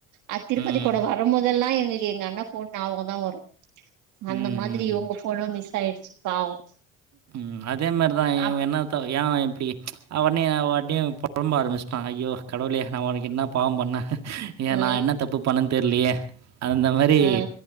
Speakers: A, on the right; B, on the right.
A: அ திருப்பதி
B: ம்.
A: கூட வரும்போது எல்லா எங்களுக்கு எங்கண்ண ஃபோன் ஞாபகோந்தா வரு அந்த
B: ம்.
A: மாத்ரி
B: ம்.
A: இவுங்க ஃபோனு மிஸ் ஆயிடுச்சி பாவோ
B: ம் அதே மாரிதா இவ்ங்
A: அப்
B: என்னாத்த ஏ இப்டி அ உட்னே அ பாட்டியு பொழம்ப ஆரம்பிச்சுட்டாங்க ஐயோ கடவுளே நா உனக்கு என்ன பாவ் பண்ணே ஏ
A: ஆ
B: நா என்ன தப்பு பண்ணே தெர்லியே அந்த மாரி
A: ஆ